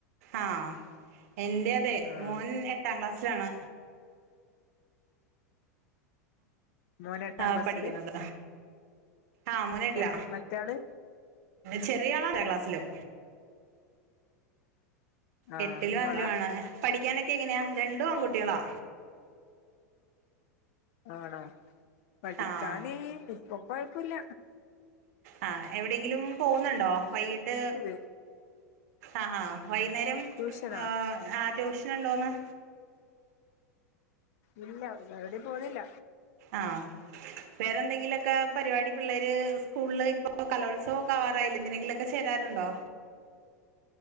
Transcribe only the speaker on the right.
ആ എന്റെ അതെ
മോൻ എട്ടാം ക്ലാസ്സിലാണ്
ആ
പഠിക്കുന്നത് ആഹ് മോനെട്ടില
ചെറിയ ആളന്ജ്ജ ക്ലാസ്സിലും
എട്ടിലും
രണ്ടിലുവാണ് പഠിക്കാനൊക്കെ എങ്ങനെയാ രണ്ടും ആൺകുട്ടിയളാ
ആഹ്
ആഹ് എവിടെങ്കിലും പോവുന്നുണ്ടോ വൈകിട്ട്
ആഹ് ആഹ് വൈന്നേരം
ആ ആ ട്യൂഷൻ ഉണ്ടോന്ന്
ആഹ് വേറെന്തെങ്കിലൊക്കെ പരിപാടി പിള്ളേര് സ്കൂളിൽ ഇപ്പോ കലോത്സവം ഒക്കെ ആവാറായില്ല എന്തിനെങ്കിലൊക്കെ ചേരാറുണ്ടോ